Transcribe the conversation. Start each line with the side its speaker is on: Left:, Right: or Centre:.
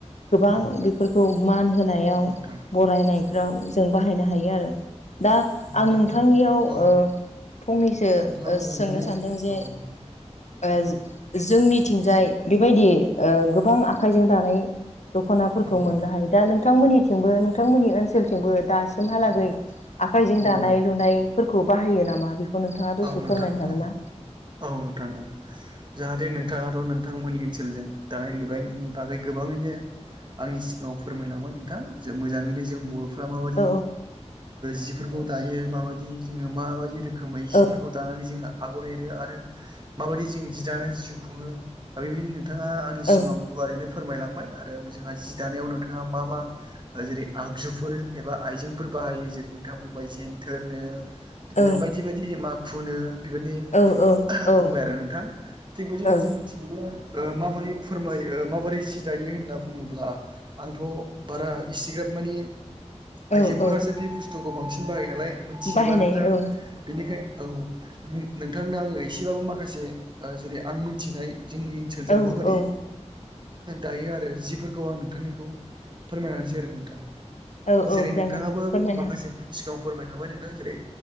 Left: गोबां
Right: औ
Left: बेफोरखौ मान होनायाव
Right: औ नोंथां
Left: बरायनायफ्राव जों बाहायनो हायो आरो। दा
Right: होमबाथ'
Left: आं नोंथांनियाव
Right: औ
Left: ओ फंनैसो
Right: नोंथाङा
Left: ओ
Right: मोजाङैनो
Left: सोंनो सानदों जे
Right: औ नोंथां
Left: ओ जोंनिथिंजाय बेबायदि ओ गोबां आखाइजों दानाय दख'नाफोरखौ
Right: औ
Left: मोननो
Right: नोंथां
Left: हायो दा नोंथांमोननिथिंबो नोंथांमोननि ओनसोलथिंबो दा सिमहालागै
Right: औ
Left: आखाइजों
Right: औ नोंथां औ
Left: दानाय
Right: नोंथां
Left: लुनायफोरखौ बाहायो नामा? बेखौ नोंथाङा दसे
Right: औ नोंथां
Left: फोरमायनो हागोन
Right: औ
Left: ना?
Right: औ नोंथां औ। जाहाथे नोंथाङाथ' नोंथांमोननि ओनसोलजों दानाय लुनायनि बागै गोबाङैनो आंनि सिगाङाव फोरमायलांबाय नोंथां। मोजाङैनो जों बर' फ्रा माबायदि
Left: औ
Right: जिफोरखौ दायो माबाददि जोङो माबायदि रो खोमै
Left: औ
Right: जिफोरखौ दानानै जोंहा आगर एरो आरो माबायदि जों जि दानानै जिउ खुङो। दा बेबायदिनो नोंथाङा आंनि
Left: औ
Right: सिगाङाव गुवारैनो फोरमायलांबाय आरो जोंहा जि दानायाव नोंथाङा मा मा जेरै आगजुफोर एबा आइजेंफोर बाहायो जेरै नोंथाङा बुंबाय जेनथोरनो बिदिनो
Left: औ
Right: बायदि बायदि माखुनो बेबायदि
Left: औ औ औ
Right: बुंबाय आरो नोंथां थिग बिदिनो
Left: औ
Right: जों मिथिनोबो माबोरै फोरमायो ओ माबोरै जि दायो होनना बुङोब्ला आंथ' बारा इसिग्राब मानि
Left: औ
Right: आइजोफोरासो
Left: औ
Right: बे बुस्थुखौ बांसिन बाहायो नालाय मिथिजोबा
Left: बाहायनाय
Right: नोंथां
Left: औ
Right: बेनिखाय औ। <unintelligible> नोंथांनो आङो एसेबाबो माखासे जेरै आं मोनथिनाय जोंनि सोलजों
Left: औ
Right: माबादि
Left: औ
Right: दायो आरो जिफोरखौ आं नोंथांनिखौ फोरमायनानसै आरो नोंथां।
Left: औ औ
Right: जेरै
Left: जागोन
Right: नोंथाङाबो
Left: फोरमायनो
Right: माखासे
Left: हागोन
Right: सिगाङाव फोरमायखांबाय नोंथां जेरै